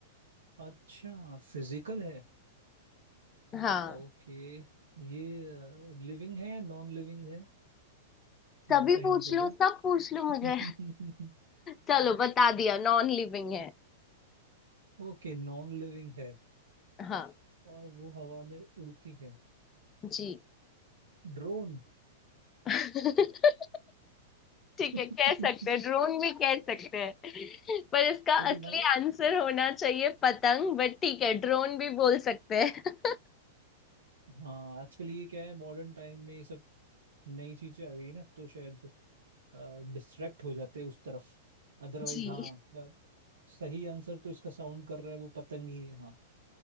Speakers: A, on the right; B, on the left.
A: अच्छा फिजिकल है
B: हाँ
A: ओके ये लिविंग है या नॉन लिविंग है थोड़ा
B: सभी
A: सा हिंट
B: पूछ
A: दे
B: लो
A: दो
B: सब पूछ लो मुझे
A: <laughs>
B: चलो बता दिया नॉन लिविंग है
A: ओके नॉन लिविंग है
B: हाँ
A: और वो हवा में उड़ती है
B: जी
A: ड्रोन
B: <laughs>
A: <laughs>
B: ठीक है कह सकते हैं ड्रोन भी कह सकते हैं पर इसका
A: क्योंकि
B: असली
A: नहीं
B: आंसर होना चाहिए पतंग बट ठीक है ड्रोन भी बोल सकते हैं
A: हाँ आजकल ये क्या है मॉडर्न टाइम में ये सब नई चीजें आ गई ना तो शायद डिस्ट्रैक्ट हो जाते उस तरफ अदरवाइज
B: <laughs> जी
A: हाँ ब- सही आंसर तो इसका साउंड कर रहा है वो पतंग ही है हाँ